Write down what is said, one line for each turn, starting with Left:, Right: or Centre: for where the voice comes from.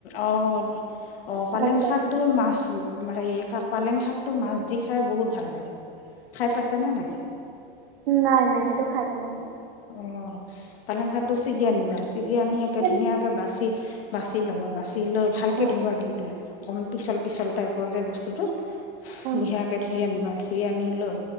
Left: অ', অ', পালেং
Right: শাক
Left: শাকটো মাহ উম হেৰি পালেং শাকতটো মাছ দি খাই বহুত ভাল লাগে। খাই পাইছেনে নাই
Right: নাই নাই সেইটো খাই পোৱা নাই।
Left: অঁ পালেং শাকটো চিগি আনিবা। চিগি আনি একে
Right: কেনে
Left: ধুনিয়াকে বা চি বাচি ল'বা বাচ চি লৈ ভালকে
Right: অ',
Left: ধুবা কিন্তু অকমান পিছল পিছল টাইপ <unintelligible> যে বস্তুটো।
Right: অ',
Left: বঢিয়াকে ধুই আনিবা। ধুই আনি লৈ